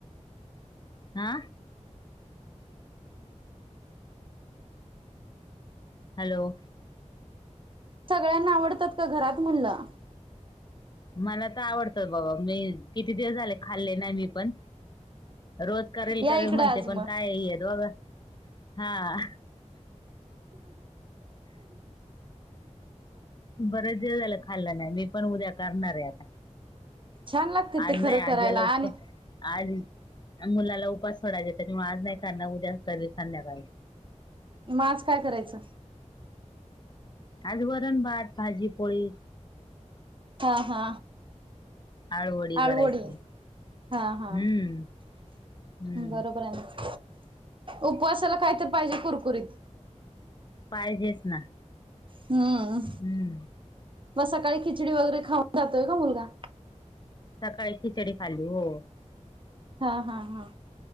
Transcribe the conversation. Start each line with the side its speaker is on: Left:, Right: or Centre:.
Left: हा, हॅलो,..
Right: सगळ्यांना आवडतात का घरात म्हणलं.
Left: मला तर आवडतं बाबा मी किती दिवस झाले खाल्ले नाही मी पण, रोज करेल,
Right: या
Left: करेल
Right: इकडं
Left: म्हणते
Right: आज
Left: पण
Right: मग
Left: कायहे दोग हा,... बरेच दिवस झालं खाल्लं नाही मी पण उद्या करणार आहे. आता
Right: छान लागते
Left: आज
Right: ते खरं
Left: नाही आज
Right: करायला
Left: याला उपवास...
Right: आणि
Left: आज मुलाला उपास सोडायचाय, त्याच्यामुळे आज नाही करणार उद्याच करेन संध्याकाळी.
Right: मग आज काय करायचं.
Left: काय तर वरण भात भाजी पोळी
Right: हा हा..
Left: आळूवडी
Right: आलूवडी,
Left: करायची
Right: हा
Left: हम्म
Right: हा..
Left: हम्म
Right: बरोबर आहे ना! उपवासाला कायतरी पाहिजे कुरकुरीत.
Left: पाहिजेच ना?
Right: हू..
Left: हम्म..
Right: मग सकाळी खिचडी वगैरे खाऊन जातोय का, मुलगा
Left: सकाळी खिचडी खाली हो.
Right: हा हा हा,